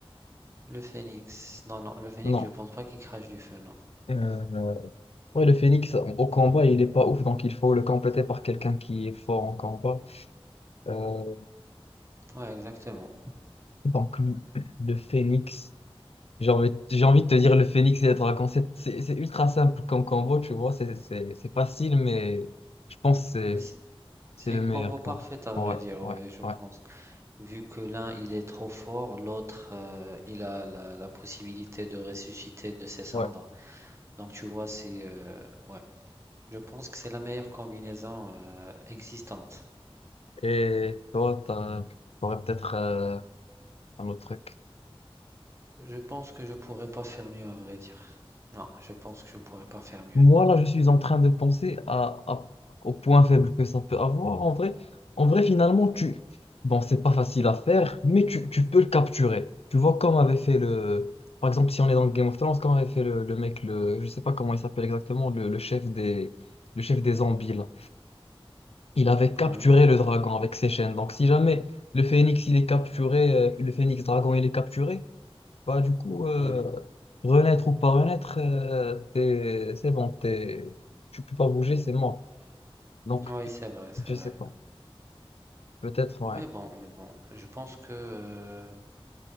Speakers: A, on the right; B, on the left.
A: le phénix. Non, non, le phénix,
B: Non.
A: je pense pas qu'il crache du feu, non.
B: Euh, euh, ouais, le phénix, au combat, il est pas ouf. Donc, il faut le compléter par quelqu'un qui est fort en combat. Euh,
A: Ouais, exactement.
B: donc, le <clears throat> le phénix. J'ai envie, j'ai envie de te dire le phénix et le dragon. C'est c'est- c'est ultra simple comme combo, tu vois. C'est c'est- c'est facile, mais je pense que
A: Mais
B: c'est
A: c'est c'est
B: c'est le
A: une
B: meilleur
A: combo
B: combo.
A: parfaite à vrai
B: Ouais,
A: dire, ouais,
B: ouais,
A: je pense.
B: ouais,
A: Vu que l'un il est trop fort, l'autre euh, il a la, la possibilité de ressusciter de ses cendres.
B: ouais.
A: Donc tu vois, c'est euh, ouais. Je pense que c'est la meilleure combinaison euh, existante.
B: Et toi, t'as- t'aurais peut-être euh, un autre truc.
A: Je pense que je pourrais pas faire mieux à vrai dire. Non, je pense que je pourrais pas faire mieux.
B: Moi, là, je suis en train de penser à, à- au point faible que ça peut avoir. En vrai, en vrai, finalement, tu... Bon, c'est pas facile à faire, mais tu, tu peux le capturer. Tu vois, comme avait fait le... Par exemple, si on est dans Game of Thrones, comme avait fait le, le mec, le... je sais pas comment il s'appelle exactement, le, le chef des... le chef des zombies, là. Il avait capturé
A: Oui,
B: le dragon avec ses chaînes. Donc, si jamais le phénix, il est capturé, euh, le phénix dragon, il est capturé, bah, du coup, euh,
A: oui,
B: renaître ou pas renaître, euh, t'es- c'est bon, t'es, tu peux pas bouger, c'est mort. Donc,
A: oui, c'est vrai, c'est
B: je
A: vrai.
B: sais pas. Peut-être, ouais.
A: Mais bon, mais bon, je pense que euh,